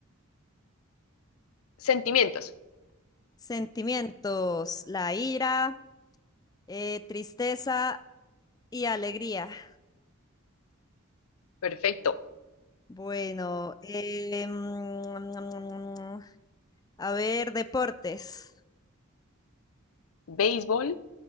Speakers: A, on the left; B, on the left.
A: sentimientos.
B: Sentimientos, la ira, eh, tristeza y alegría.
A: Perfecto.
B: Bueno, eh, mm, mm, mm, mm, A ver, deportes.
A: Béisbol,